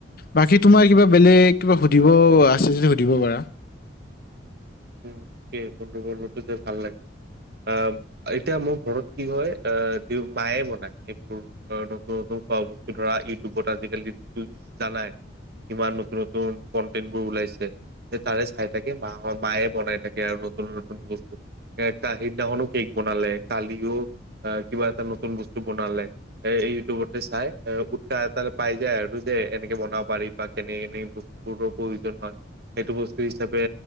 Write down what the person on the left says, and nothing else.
বাকী, তোমাৰ কিবা বেলেগ কিবা সুধিব আছে যদি সুধিব পাৰা।